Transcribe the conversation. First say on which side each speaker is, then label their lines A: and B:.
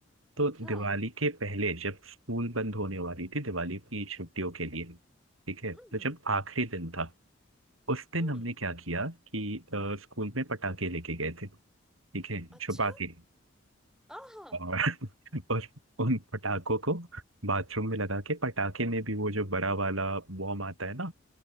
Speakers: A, on the right; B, in the centre.
A: तो
B: हाँ
A: दिवाली के पहले जब स्कूल बंद होने वाली थी दिवाली की छुट्टियों के लिए ठीक है तो
B: हम्म
A: जब आखिरी दिन था उस दिन
B: हम्म
A: हमने क्या किया कि अ, स्कूल में पटाखे लेके गए थे ठीक है
B: अच्छा
A: छुपा के
B: आहा
A: और <laughs> उस- उन पटाखों को बाथरूम में लगा के पटाखे में भी वो जो बड़ा वाला बॉम आता है ना